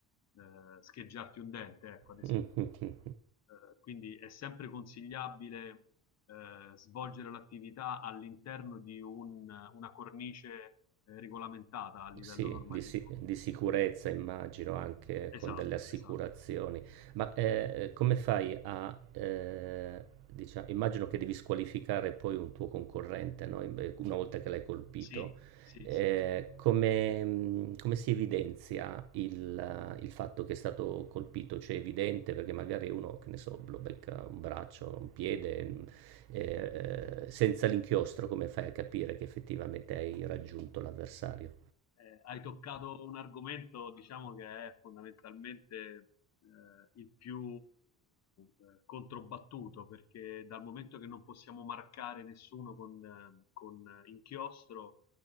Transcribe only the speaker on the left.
eh, scheggiarti un dente, ecco, ad esempio.
Eh, quindi è sempre consigliabile eh, svolgere l'attività all'interno di un- una cornice eh, regolamentata a livello
normativo.
Esatto,
esatto.
Sì, sì,
sì.
Eh, hai toccato un argomento, diciamo, che è fondamentalmente eh, il più eh, controbattuto, perché dal momento che non possiamo marcare nessuno con, eh, con inchiostro,